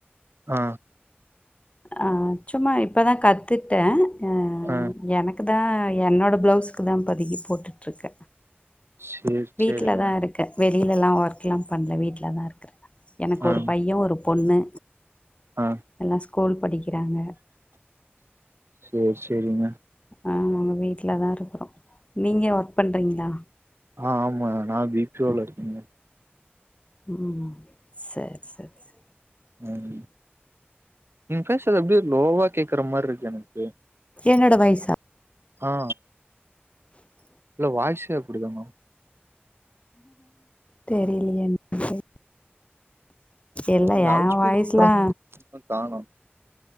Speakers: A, on the right; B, on the left.
A: ஆ
B: ஆ சும்மா இப்பதா கத்துட்டே அ
A: அ
B: எனக்குதா என்னோட ப்ளவுஸ்க்குதா இப்பதக்கி போட்டுட்ருக்க
A: சேரி
B: வீட்லதா
A: சேரிங்க
B: இருக்க வெளியிலல்லா ஒர்க்லா பண்ல வீட்லதா இருக்க எனக்கு
A: ஆ
B: ஒரு பைய ஒரு பொண்ணு
A: ஆ
B: எல்லா ஸ்கூல் படிக்கிறாங்க
A: சேர் சேரிங்க
B: ஆ நம்ம வீட்லதா இருக்குறோ நீங்க வொர்க் பண்றீங்ளா
A: ஆ ஆமா நா பி பி ஓல இருக்கங்
B: ம் சர் சர் சர்
A: ம் நீங் ஃபேஸ்ரது அப்டி லோவா கேக்குற மார் இருக்கு எனக்கு
B: என்னோட வயசா
A: ஆ இல்ல வாய்சே அப்டிதா தானா
B: தெரிலயே என்க்கு எல்லா
A: இது
B: எ
A: அவுட் ஸ்பீக்கர்
B: வாய்ஸ்லா
A: இன்னு காணு